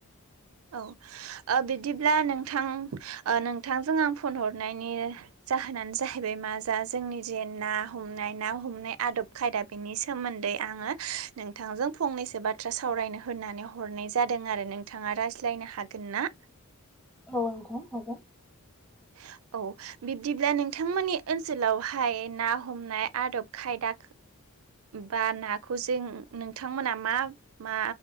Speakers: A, on the right; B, in the centre.
A: औ ओ बिदिब्ला नोंथां नोंथांजों आं फन हरनायनि जा जाहोनानो जाहैबाय मा जा जोंनि जे ना हमनाय ना हमनाय आदब खायदा बेनि सोमोन्दै आङो नोंथांजों फंनैसो बाथ्रा सावरायनो होननानै हरनाय जादों आरो नोंथाङा रायज्ला लायनो हागोन ना?
B: औ नोंथां हागोन ।
A: <inaudible> औ बिब्दिब्ला नोंथांमोननि ओनसोलावहाय ना हमनाय आदब खायदा बा नाखौ जों नोंथांमोना मा - मा